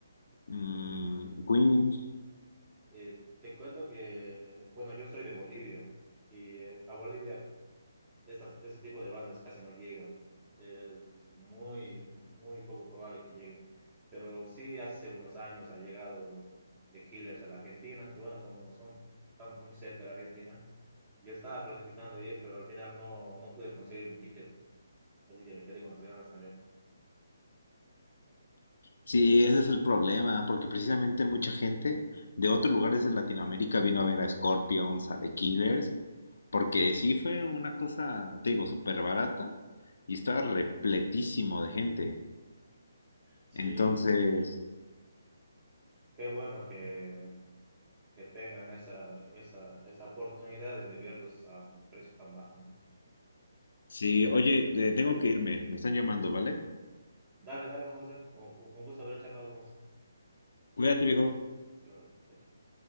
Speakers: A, on the left; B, on the right.
A: mm,
B: Mm,
A: Queen.
B: eh, te cuento que, bueno, yo soy de Bolivia y eh, a Bolivia esas, ese tipo de bandas casi no llegan. Es muy, muy poco probable que lleguen. Pero sí, hace unos años ha llegado The Killers a la Argentina. Y bueno, como son, estamos muy cerca de la Argentina, yo estaba planificando ir, pero al final no, no pude conseguir mi ticket. Así que me quedé con las ganas también.
A: Sí, ese es el problema, porque precisamente mucha gente de otros lugares de Latinoamérica vino a ver a Scorpions, a The Killers, porque sí fue una cosa, te digo, súper barata y estaba repletísimo de gente.
B: Sí,
A: Entonces,
B: qué bueno que, que tengan esa, esa, esa oportunidad de, de verlos a un precio tan bajo, ¿no?
A: sí, oye, eh, tengo que irme, me están llamando, ¿vale?
B: Dale, dale, Juan José. Un, un gusto haber charlado con vos.
A: Cuídate, viejo.
B: Igualmente. Chao, chao.